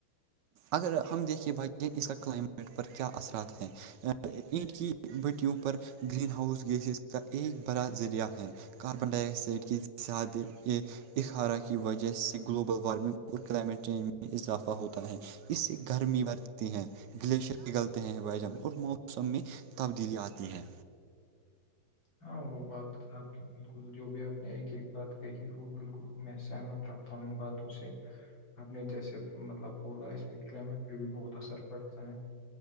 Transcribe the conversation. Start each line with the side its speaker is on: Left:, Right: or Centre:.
Right: اگر ہم دیکھیے بھ اس کا کلائمیٹ پر کیا اثرات ہے اینٹ کی بٹیوں پر گرین ہاؤس گیسز کا ایک بڑا ذریعہ ہے کاربن ڈائی آکسائڈ کی زیادہ یہ اخارا کی وجہ سے گلوبل وارمنگ اور کلائمیٹ چینج میں اضافہ ہوتا ہے اس سے گرمی بڑتی ہے گلیشر پگلتے ہیں بجم اور موسم میں تبدیلیا آتی ہیں
Left: ہاں وہ بات آپ کی بالکل جو بھی آپ نے ایک ایک بات کہی وہ بالکل میں سہمت رکھتا ہوں ان باتوں سے ہم نے جیسے مطلب بولا اس میں کلائمیٹ پہ بھی بہت اثر پڑتا ہے